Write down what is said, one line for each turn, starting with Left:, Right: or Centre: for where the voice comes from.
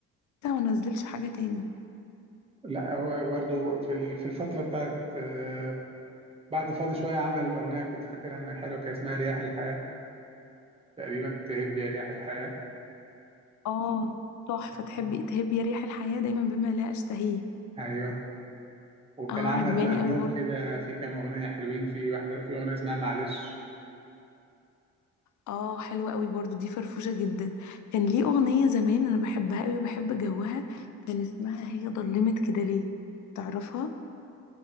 Left: ما نزلش حاجه تاني
Right: لا هو برضه في ال- في الفتره بتاعت آه، بعد فاضي شويه عمل اغنيه كنت فاكرها انها حلوه كان اسمها رياح الحياه تقريبا تهب يا رياح الحياه
Left: اه تحفه
Right: فاكرها؟
Left: تحبي تهبي يا ريح الحياه دايما بما لا اشتهيه
Right: ايوه وكان
Left: اه
Right: عمل
Left: عجباني
Right: البوم
Left: قوي برضو
Right: كده فيه كام اغنيه حلوين في واحده في اغنيه اسمها معلش
Left: اه حلوه قوي برضو دي فرفوشه جدا كان ليه اغنيه زمان انا بحبها قوي وبحب جوها كان اسمها هي ضلمت كده ليه تعرفها